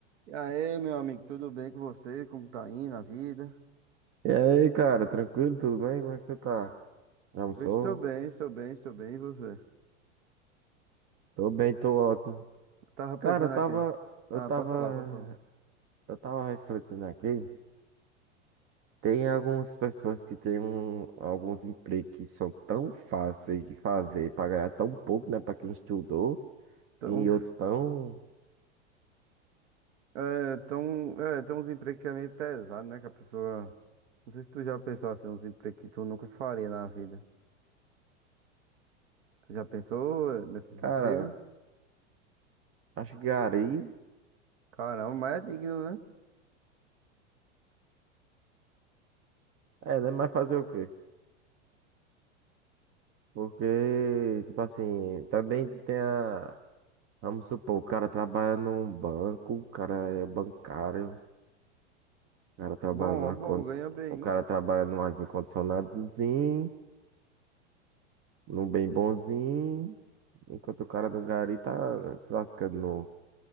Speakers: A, on the right; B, on the right.
A: E aí, meu amigo, tudo bem com você? Como tá indo a vida?
B: E aí, cara, tranquilo? Tudo bem? Como é que você tá? Já Almoçou?
A: Eu estou bem, estou bem, estou bem. E você?
B: Tô bem, tô ótimo.
A: Eu tava pensando
B: Cara, eu tava,
A: aqui.
B: eu
A: Ah,
B: tava,
A: pode falar, pode falar.
B: eu tava refletindo aqui. Tem algumas pessoas que têm um- alguns empregos que são tão fáceis de fazer pra ganhar tão pouco, né? Pra quem estudou,
A: Então,
B: e outros tão.
A: é, tão, é, tem uns empregos que é meio pesado, né? Que a pessoa. Não sei se tu já pensou assim, uns empregos que tu nunca faria na vida. Tu já pensou eh, nesses
B: Cara,
A: empregos?
B: acho que gari
A: Caramba, mas é digno, né?
B: é, né? Mas fazer o quê? Porque, tipo assim, também tem a. Vamos supor, o cara trabalha num banco, o cara é bancário, o cara trabalha
A: Bom,
B: no ar
A: bom,
B: con-
A: ganha bem.
B: o cara trabalha num arzinho condicionadozinho, num bem bonzinho, enquanto o cara no gari tá se lascando no,